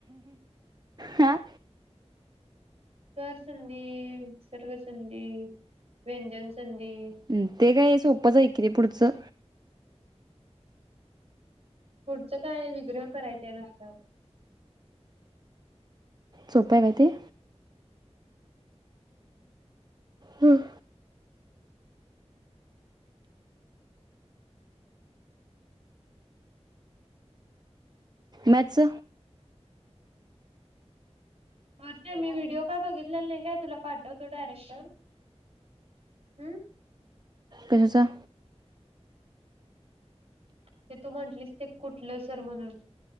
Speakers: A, on the right (about 35°); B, on the right (about 65°).
A: आ
B: कर संधी सर्वसधी व्यंजन संधी
A: हम ते काय सोपंच आहे कि ते पुढचं
B: पुढचं काय विग्रह करायच आहे नुसतं
A: सोपे आहे का ती हम्म मॅथ्स
B: वर ते मी व्हिडीओ काय बघितलेला नाही काय, तुला पाठवतो डायरेक्ट हम
A: कशाचं
B: ते तू म्हटलीस ते कुठलं सर म्हणून